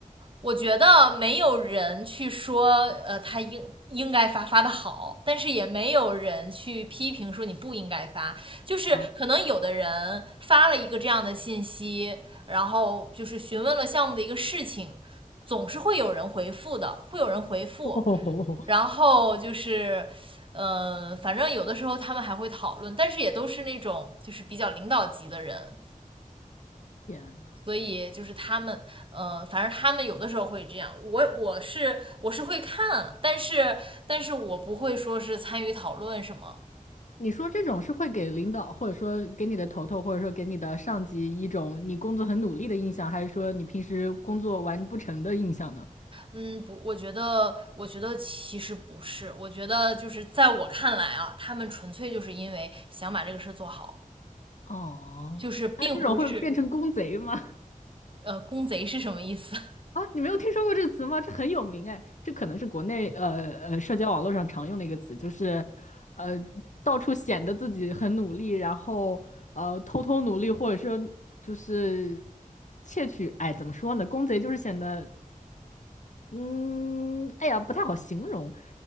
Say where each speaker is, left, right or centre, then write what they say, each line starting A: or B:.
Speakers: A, on the right; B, on the left.
A: 我觉得没有人去说，呃，他应应该发发的好，但是也没有人去批评说你不应该发。就是可能有的人发了一个这样的信息，
B: 啊，
A: 然后就是询问了项目的一个事情，总是会有人回复的，会有人回复。
B: <laughs> 哦，
A: 然后就是，呃，反正有的时候他们还会讨论，但是也都是那种就是比较领导级的人。
B: 天呐！
A: 所以就是他们，呃，反正他们有的时候会这样。我我是我是会看，但是但是我不会说是参与讨论什么。
B: 你说这种是会给领导，或者说给你的头头，或者说给你的上级一种你工作很努力的印象，还是说你平时工作完不成的印象呢？
A: 嗯，不，我觉得我觉得其实不是，我觉得就是在我看来啊，他们纯粹就是因为想把这个事做好，
B: 哦，
A: 就是并不是
B: 那这种会变成工贼吗？
A: <laughs>
B: <laughs>
A: 呃公贼是什么意思？
B: 啊，你没有听说过这个词吗？这很有名哎，这可能是国内呃呃社交网络上常用的一个词，就是呃到处显得自己很努力，然后呃偷偷努力，或者说就是窃取，哎，怎么说呢？工贼就是显得嗯，哎呀，不太好形容，